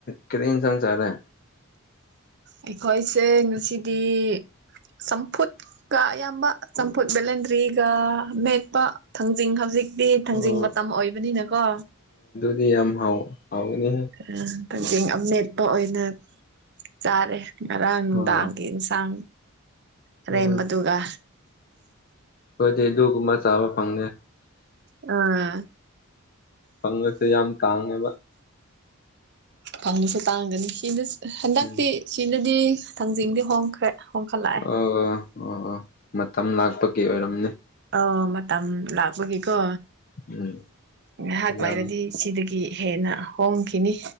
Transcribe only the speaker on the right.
ꯑꯩꯈꯣꯏꯁꯦ ꯉꯁꯤꯗꯤ ꯆꯝꯐꯨꯠ ꯀ ꯑꯌꯥꯝꯕ ꯆꯝꯐꯨꯠ ꯕꯂꯦꯟꯗ꯭ꯔꯤꯒ ꯃꯦꯠꯄ ꯊꯥꯡꯖꯤꯡ ꯍꯧꯖꯤꯛꯇꯤ ꯊꯥꯡꯖꯤꯡ
ꯃꯇꯝ ꯑꯣꯏꯕꯅꯤꯅꯀꯣ
ꯑ ꯊꯪꯖꯤꯡ ꯑꯃꯦꯠꯄ ꯑꯣꯏꯅ ꯆꯥꯔꯦ ꯉꯔꯥꯡ ꯅꯨꯟꯗꯥꯡꯒꯤ
ꯏꯟꯁꯥꯡ
ꯑꯔꯦꯝꯕꯗꯨꯒ
ꯑ
ꯐꯪꯉꯁꯨ ꯇꯥꯡꯒꯅꯤ ꯁꯤꯅ ꯆꯤ ꯍꯟꯗꯛꯇꯤ
ꯁꯤꯗꯗꯤ ꯊꯥꯡꯖꯤꯡꯗꯤ ꯍꯣꯡꯈ꯭ꯔꯦ ꯍꯣꯡꯈꯠꯂꯛꯑꯦ
ꯑꯥ ꯃꯇꯝ ꯂꯥꯛꯄꯒꯤꯀꯣ
ꯉꯥꯏꯍꯥꯛ
ꯍꯥꯏꯥꯏꯔꯗꯤ ꯁꯤꯗꯒꯤ ꯍꯦꯟꯅ ꯍꯣꯡꯈꯤꯅꯤ